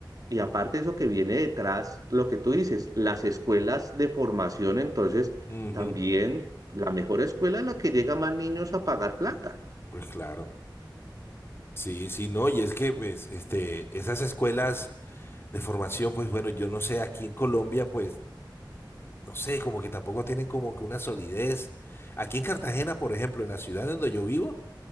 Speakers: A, on the right; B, on the left.
A: y aparte eso que viene detrás, lo que tú dices, las escuelas de formación, entonces
B: Ujú.
A: también la mejor escuela es la que llega más niños a pagar plata.
B: Pues claro. Sí, sí, no, y es que pues este, esas escuelas de formación, pues bueno, yo no sé, aquí en Colombia, pues no sé, como que tampoco tienen como que una solidez. Aquí en Cartagena, por ejemplo, en la ciudad donde yo vivo,